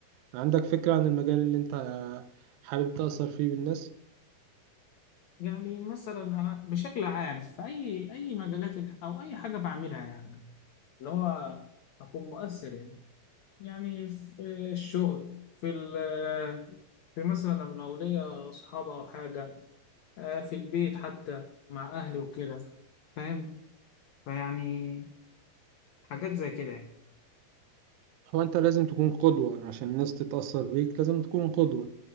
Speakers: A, on the right (about 85°); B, on the left (about 80°).
A: عندك فكرة عن المجال اللي انت آه، حابب تأثر فيه بالناس
B: يعني مثلا انا بشكل عام في اي اي مجالات الح- او اي حاجه بعملها يعني اللي هو أكون مؤثر يعني يعني في الشغل في ال في مثلا لما لو الأولية أصحاب أو حاجة آه، في البيت حتى مع أهلي وكده فاهم فيعني حاجات زي كده يعني
A: هو انت لازم تكون قدوة عشان الناس تتأثر بيك لازم تكون قدوة